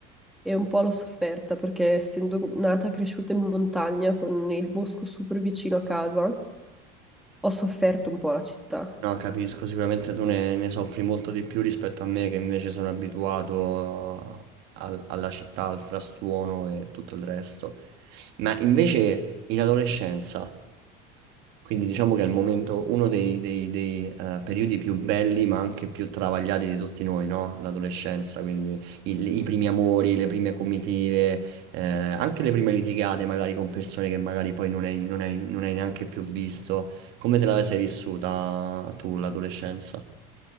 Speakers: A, in the centre; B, on the right.
A: e un po' l'ho sofferta perché essendo nata e cresciuta in montagna con il bosco super vicino a casa, ho sofferto un po' la città.
B: No, capisco, sicuramente tu ne, ne soffri molto di più rispetto a me che invece sono abituato al- alla città, al frastuono e tutto il resto. Ma invece in adolescenza. Quindi diciamo che è il momento, uno dei, dei- dei, eh, periodi più belli ma anche più travagliati di tutti noi, no? L'adolescenza, quindi il- i primi amori, le prime comitive, eh, anche le prime litigate magari con persone che magari poi non hai, non hai- non hai neanche più visto. Come te la sei vissuta tu l'adolescenza?